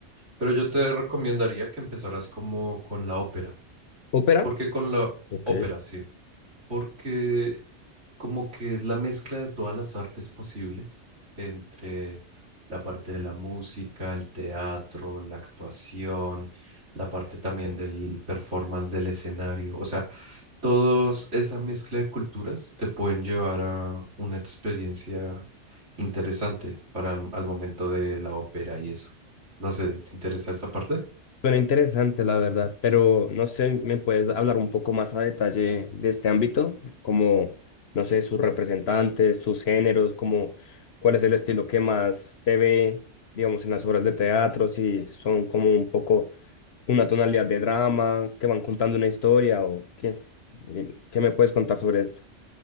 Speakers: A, on the right; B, on the left.
A: Pero yo te recomendaría que empezaras como con la ópera.
B: ¿Ópera?
A: porque con la
B: Ok.
A: ópera? Sí. Porque como que es la mezcla de todas las artes posibles entre la parte de la música, el teatro, la actuación, la parte también del performance del escenario. O sea, todos esa mezcla de culturas te pueden llevar a una experiencia interesante para al, al momento de la ópera y eso. No sé, ¿te interesa esta parte?
B: Suena interesante, la verdad, pero no sé, ¿me puedes hablar un poco más a detalle de este ámbito? Como, no sé, sus representantes, sus géneros, como cuál es el estilo que más se ve, digamos, en las obras de teatro, si son como un poco una tonalidad de drama, que van contando una historia o qué. Eh, ¿Qué me puedes contar sobre esto?